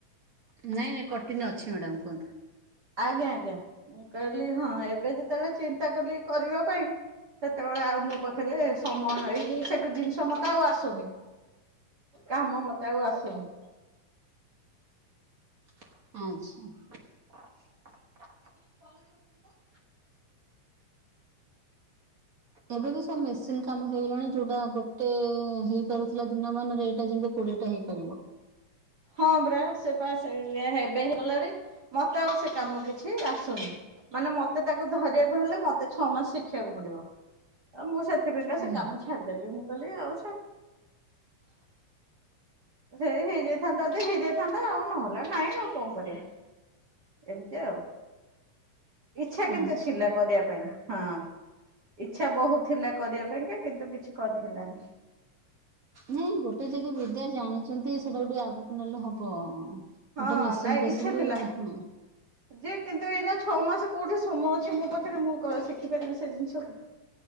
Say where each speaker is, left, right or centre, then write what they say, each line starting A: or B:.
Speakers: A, on the right; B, on the right.
A: ନାଇଁ ନାଇଁ କଟିନୀ ଅଛି ମ୍ୟାଡ଼ାମ କୁହନ୍ତୁ।
B: ଆଜ୍ଞା ଆଜ୍ଞା ମୁଁ କହିଲି ହଁ ଏବେ ଯେତେବେଳେ ଚିନ୍ତା କଲି କରିବା ପାଇଁ ସେତେବେଳେ ଆଉ ମୋ ପାଖରେ ସମୟ ଏଇ ଯୋଉ ସେୁ ଜିନିଷ କ୍ଷମତା ଆଉ ଆସୁନି କାମ ମତେ ଆଉ ଆସୁନି।
A: ଆଚ୍ଛା।
B: କଣ କରୁ
A: ଏବେ ବି ସବୁ ମେସିନ କାମ ହେଇଗଲାଣି ଯୋଉଟା ଗୋଟେ ହେଇପାରୁଥିଲା ଦିନ ମାନରେ ଏଇଟା ଯେମତି କୋଡିଏଟା ହେଇପାରିବ।
B: ହଁ ପ୍ରା ସେ ବା ହେବେ ହେଇଗଲାଣି ମତେ ଆଉ ସେ କାମ କିଛି ଆସୁନି। ମାନେ ମତେ ତାକୁ ଧରିବାକୁ ହେଲେ ମତେ ଛଅ ମାସ ଶିଖିବାକୁ ପଡିବ ଆଉ ମୁଁ ସେ <inaudible>
A: ଉଁ
B: ସେ କାମ ଛାଡିଦେଲି ମୁଁ କହଲି ଆଉ। ସେଇ ହେଇ ଯେ ହେଇଥାନ୍ତା ଯଦି ହେଇଯାଇଥାନ୍ତା ଆଉ ନହେଲା ନାଇଁ ଆଉ କଣ କରିବା। ଏମତି ଆଉ। ଇଛା
A: ହୁଁ
B: କିନ୍ତୁ
A: ଆଚ୍ଛା
B: ଥିଲା କରିବା ପାଇଁ ହଁ ଇଛା ବହୁତ ଥିଲା କରିବା ପାଇଁକା କିନ୍ତୁ କିଛି କରିହଲାନି।
A: ନାଇଁ ଗୋଟେ ଯଦି ବିଦ୍ୟା ଜାଣିଛନ୍ତି ସେଟାକୁ ଟିକେ ଆଗକୁ ନେଲେ ହବ।
B: ହଁ
A: ଗୋଟେ ମେସିନ୍
B: ନାଇଁ
A: ଫେସିନ୍
B: ଇଚ୍ଛା ଥିଲା।
A: ହଁ।
B: ଯେ କିନ୍ତୁ ଏଇନା ଛଅ ମାସ କୋଉଠି ସମୟ ଅଛି ମୋ ପାଖରେ ମୁଁ ଶିଖି ପାରିବି ସେ ଜିନିଷକୁ।